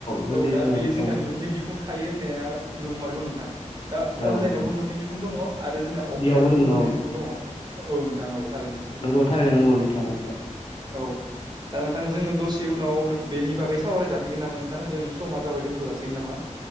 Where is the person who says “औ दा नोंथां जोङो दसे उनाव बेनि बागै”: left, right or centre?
Right